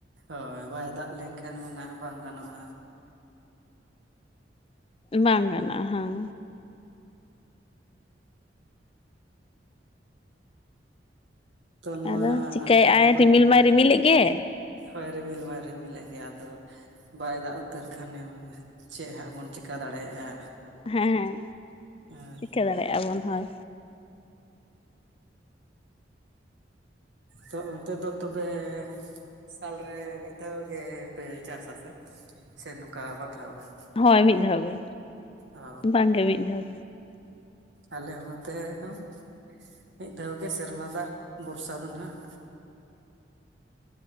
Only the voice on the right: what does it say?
ᱦᱳᱭ᱾ ᱵᱟᱭ ᱫᱟᱜ ᱞᱮᱱᱠᱷᱟᱱ ᱢᱟ ᱱᱟᱦᱜ ᱵᱟᱝ ᱜᱟᱱᱚᱜᱼᱟ᱾
ᱛᱚ ᱱᱚᱣᱟ
ᱵᱟᱹᱫᱽ
ᱦᱳᱭ ᱨᱤᱢᱤᱞ ᱢᱟᱭ ᱨᱤᱢᱤᱞᱮᱫ ᱜᱮᱭᱟ ᱟᱫᱚ ᱵᱟᱭ ᱫᱟᱜ ᱩᱛᱟᱹᱨ ᱠᱷᱟᱱᱮᱢ ᱪᱮᱫ ᱦᱟᱸᱜ ᱵᱚᱱ ᱪᱮᱠᱟ ᱫᱟᱲᱮᱭᱟᱜᱼᱟ᱾
ᱦᱳᱭ
ᱛᱚ ᱚᱱᱛᱮ ᱫᱚ ᱛᱚᱵᱮ ᱥᱟᱞᱨᱮ ᱢᱤᱫ ᱫᱷᱟᱣ ᱜᱮᱯᱮ ᱪᱟᱥ ᱟᱥᱮ ᱥᱮ ᱱᱚᱝᱠᱟ ᱵᱟᱨ ᱫᱷᱟᱣ ᱜᱟᱱ?
ᱚ
ᱟᱞᱮ ᱱᱚᱛᱮ ᱦᱚᱸ᱾ ᱢᱤᱫ ᱫᱷᱟᱣ ᱜᱮ, ᱥᱮᱨᱢᱟ ᱫᱟᱜ ᱵᱚᱨᱥᱟ ᱫᱚ ᱱᱟᱜ᱾